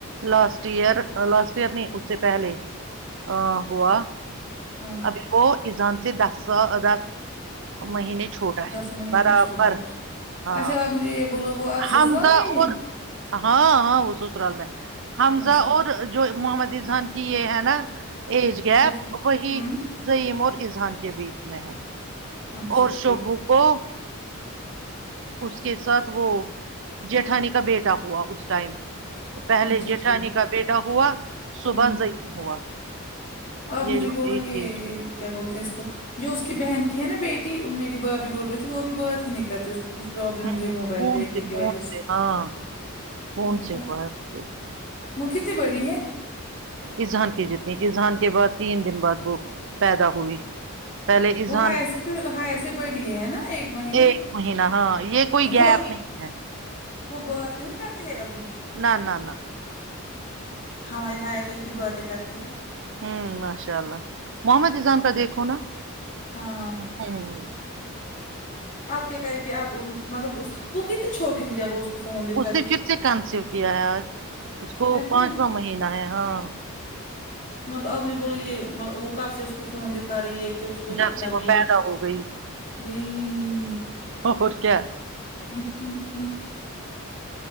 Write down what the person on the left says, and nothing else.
ہاں
دس مہینے
چھوٹا ہے
اچھا آپ مجھے یہ بولو ب آپ سسرال
میں ہی
ہے
اچھا
ڈفرنٹ
ہوں
اچھا
ٹھیک
اچھا
ٹھیک
ہوں
آپ مجھے
بولو
گے
کیا بولتے ہیں اس کو جو اس کی بہن کی ہے نا بیٹی میری بھابی بول رہی تھی وہ بھی بات ہی نہیں کرتی اس کو پروابلم ہوئی
ہے
موبائل دیکھنے
کی
وجہ سے
دیکھا
وہ کتنی بڑی ہے
وہ ہایا سے پھر ہایا سے بڑی ہے نا مہینہ
وہ
وہ بات نہیں کرتی ہے ابھی
ہماری ہائے تو اتنی باتیں کرتی ہے
ہاں
اب کیا کرے گی اب مطلب اس وہ کتنی چھوٹی تھی جب اس کو فون دکھاتی
تھی
سچ
میں
مطلب اپ نے بولا یہ وہ کب سے اس کو فون دکھا رہی ہے ایک کہ اس کو
اتنا
بھی یہ
ی
ہوں ہوں ہوں